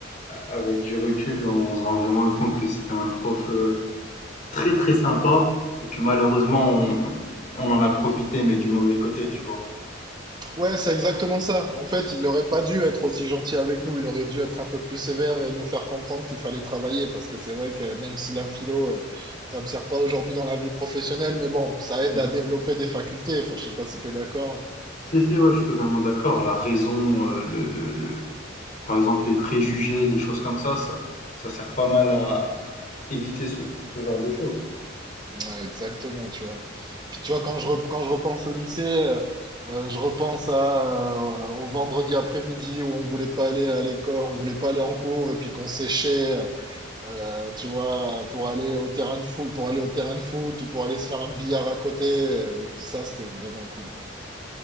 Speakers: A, on the left; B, on the right.
A: Avec du recul, on se rend vraiment compte que c'était un prof euh, très très sympa et que malheureusement, on, on en a profité, mais du mauvais côté, tu vois.
B: Ouais, c'est exactement ça. En fait, il aurait pas dû être aussi gentil avec nous. Il aurait dû être un peu plus sévère et nous faire comprendre qu'il fallait travailler. Parce que c'est vrai que même si la philo, euh, ça me sert pas aujourd'hui dans la vie professionnelle, mais bon, ça aide
A: Mhm.
B: à développer des facultés. Enfin, je sais pas si t'es d'accord.
A: Si, si, ouais, je suis totalement d'accord. La raison, euh, le, le, le, Par exemple, les préjugés, les choses comme ça, ça, ça sert pas mal à éviter ce, ce genre de choses.
B: Ouais, exactement, tu vois. Puis tu vois, quand je, re- quand je repense au lycée, euh, euh, je repense à, euh, au vendredi après-midi où on voulait pas aller à l'école, on voulait pas aller en cours et puis qu'on séchait. euh, Euh, tu vois, pour aller au terrain de foot, pour aller au terrain de foot ou pour aller se faire un billard à côté, euh, ça c'était vraiment cool, quoi.